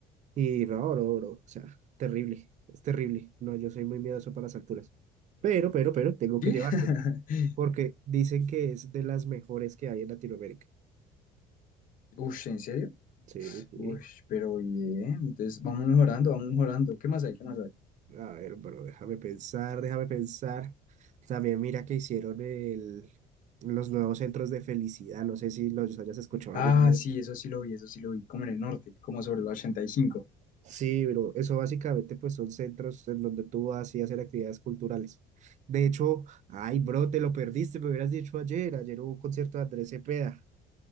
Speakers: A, on the right (about 45°); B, on the left (about 55°).
A: Y no, bro, bro, o sea, terrible, es terrible. No, yo soy muy miedoso para las alturas. Pero, pero, pero, tengo que
B: ¿Sí?
A: llevarte,
B: <laughs>
A: porque dicen que es de las mejores que hay en Latinoamérica.
B: Ush, ¿en serio?
A: Sí, sí.
B: Ush, pero bien. Entonces, vamos mejorando, vamos mejorando. ¿Qué más hay? ¿Qué más hay?
A: A ver, pero déjame pensar, déjame pensar. También mira que hicieron el, los nuevos centros de felicidad. No sé si los hayas escuchado
B: Ah,
A: alguna vez.
B: sí, eso sí lo vi, eso sí lo vi. Como en el norte, como sobre el ochenta y cinco
A: Sí, pero eso básicamente pues son centros en donde tú vas y hacer actividades culturales. De hecho, ay, bro, te lo perdiste, me hubieras dicho ayer. Ayer hubo un concierto de Andrés Cepeda.